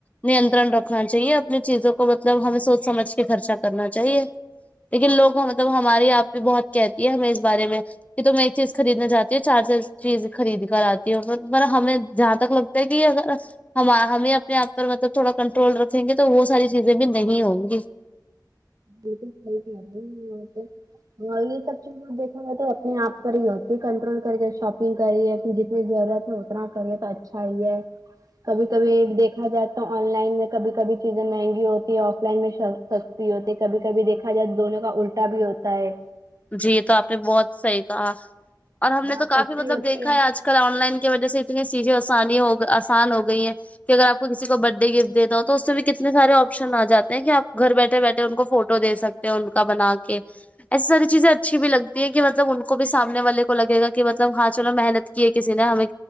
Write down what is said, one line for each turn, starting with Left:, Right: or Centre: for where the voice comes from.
Left: نینترن رکھنا چاہیے اپنی چیزوں کو مطلب ہمیں سوچ سمجھ کے خرچہ کرنا چاہیے لیکن لوگ مطلب ہمارے آپ بھی بہت کہتی ہے ہمیں اس بارے میں کہ تو میں ایک چیز خریدنے جاتی ہوں چار چار چیز خرید کر آتی ہوں پر پر ہمیں جہاں تک لگتا ہے کہ اگر ہم ہمیں اپنے آپ پر مطلب تھوڑا کنٹرول رکھیں گے تو وہ ساری چیزیں بھی نہیں ہوں گی
Right: بال صحیح ت رہی آپ توہ <unintelligible> ہاں یہ سب چیزیں دیکھا جائے تو اپنے آپ پر ہی ہوتی ہے کنٹرول کری شاپنگ کری ہے جتنی ضرورت ہے اتنا کرے تو اچھا ہی ہے کبھی کبھی دیکھا جاتا آن لائن میں کبھی کبھی چیزیں مہنگی ہوتی ہے آف لائن میں نہیں ہوتے کبھی کبھی دیکھا جائے تو دونوں کا الٹا بھی ہوتا ہے
Left: جی یہ تو آپ نے بہت صحیح کہا اور ہم
Right: جہاں
Left: نے تو کافی
Right: سستی
Left: مطلب
Right: ہوتی
Left: دیکھا ہے آج کل آن لائن کی وجہ سے اتنی چیزیں آسانی ہو آسان ہو گئی ہیں کہ اگر آپ کو برڈ ڈے گفٹ دیتا ہو تو اس میں بھی کتنے سارے آپشن آ جے ہیں کہ آپ گھر بیٹھے بیٹھے ان کو فوٹو دے سکتے ان کا بنا کے ایسے سا ری چیزیں اچھی بھی لگتی ہیں کہ مطلب ان کو بھی سامنے والے کو لگ گا کہ مطلب ہاں چلو محنت کی ہے کسی نے ہمیں